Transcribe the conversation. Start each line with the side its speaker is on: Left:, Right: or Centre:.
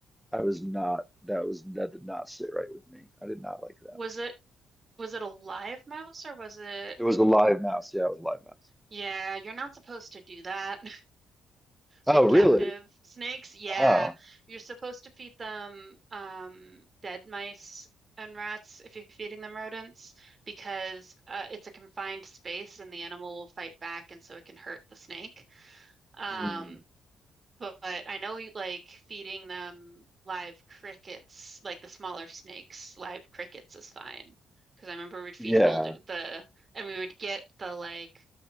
Centre: I was not that was that did not sit right with me. I did not like that.
Right: Was it was it a live mouse or was it?
Centre: It was a live mouse. Yeah, it was a live mouse.
Right: Yeah, you're not supposed to do that.
Centre: Oh,
Right: with captive
Centre: really?
Right: snakes. Yeah,
Centre: Oh,
Right: you're supposed to feed them um, dead mice and rats if you're feeding them rodents because uh, it's a confined space and the animal will fight back and so it can hurt the snake. Um,
Centre: Hmm.
Right: but, I know you like feeding them live crickets, like the smaller snakes, live crickets is fine. Because I remember we'd feed
Centre: yeah.
Right: gold the, and we would get the like